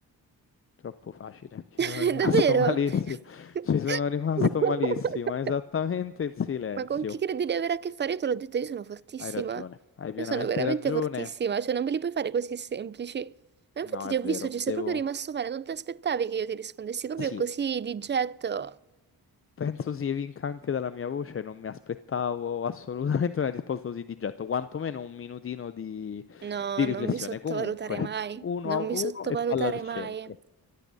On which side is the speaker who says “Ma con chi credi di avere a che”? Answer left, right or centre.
Right